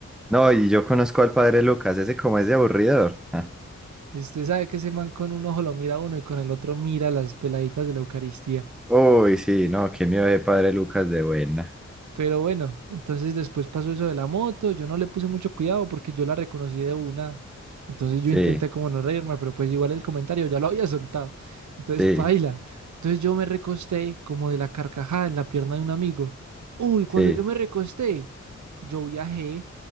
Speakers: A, in the centre; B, on the right (about 80°).
A: No, y yo conozco al padre Lucas, ese como es de aburridor. <laughs>
B: Y Usted sabe que ese man con un ojo lo mira a uno y con el otro mira a las peladitas de la Eucaristía.
A: Uy, sí, no, qué miedo de Padre Lucas de buena.
B: Pero bueno, entonces después pasó eso de la moto, yo no le puse mucho cuidado porque yo la reconocí de una. Entonces yo
A: Sí,
B: intenté como no reírme, pero pues igual el comentario ya lo había <laughs> soltado. Entonces
A: sí,
B: paila. Entonces yo me recosté como de la carcajada en la pierna de un amigo. Uy, cuando
A: sí.
B: yo me recosté, yo viajé.